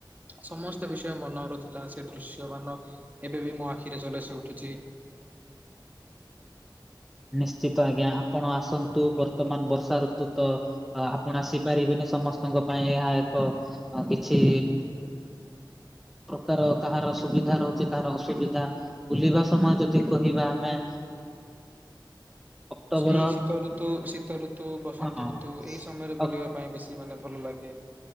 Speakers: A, on the right; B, in the centre.
A: ସମସ୍ତ ବିଷୟ ମନରୁ ଥିଲା ସେ ଦୃଶ୍ୟ ମାନ ଏବେ ବି ମୋ ଆଖିରେ ଝଲସି ଉଠୁଚି।
B: ନିଶ୍ଚିତ ଆଜ୍ଞା ଆପଣ ଆସନ୍ତୁ ବର୍ତ୍ତମାନ ବର୍ଷା ଋତୁ ତ ଆପଣ ଆସିପାରିବେନି ସମସ୍ତଙ୍କ ପାଇଁ ଏହା ଏକ କିଛି ପ୍ରକାର କାହାର ସୁବିଧା ରହୁଛି କାହାର ଅସୁବିଧା ବୁଲିବା ସମୟ ଯଦି କହିବା ଆମେ ଅକ୍ଟୋବର
A: ସେଇ ଶୀତ ଋତୁ ଶୀତ ଋତୁ ବସନ୍ତ
B: ହଁ ଆଉ
A: ଋତୁ ଏଇ ସମୟରେ ବୁଲିବା ପାଇଁ ବେଶୀ ମାନେ ଭଲ ଲାଗେ